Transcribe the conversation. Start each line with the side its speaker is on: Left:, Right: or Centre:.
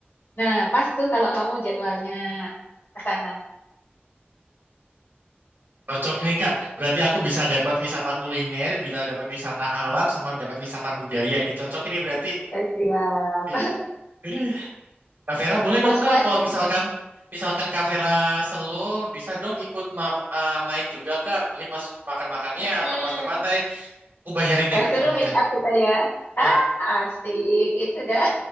Left: nah pas tuh kalau kamu jadwalnya ke sana
Right: Cocok nih Kak, berarti aku bisa dapat wisata kuliner, bisa dapat wisata alam, sama dapat wisata budaya. Ini cocok ini berarti.
Left: Eh, siap
Right: Ya. Aduh. Kak Vera
Left: <laughs>
Right: boleh
Left: puas-puasin
Right: dong Kak, kalau misalkan misalkan Kak Vera selo, bisa dong ikut ma- eh, main juga Kak. Mungkin pas makan-makannya
Left: Mm-mm.
Right: atau pas ke pantai, aku bayarin
Left: Wah,
Right: deh Kak,
Left: seru
Right: tenang
Left: meet
Right: aja.
Left: up kita ya
Right: Eh,
Left: ah asik itu dah